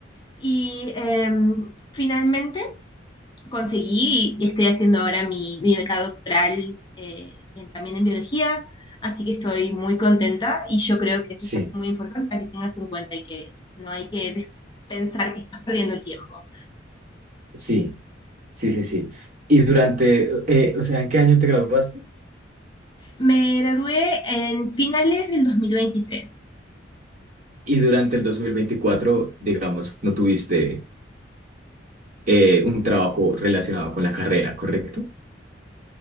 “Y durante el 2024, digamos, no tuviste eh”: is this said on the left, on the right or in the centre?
Right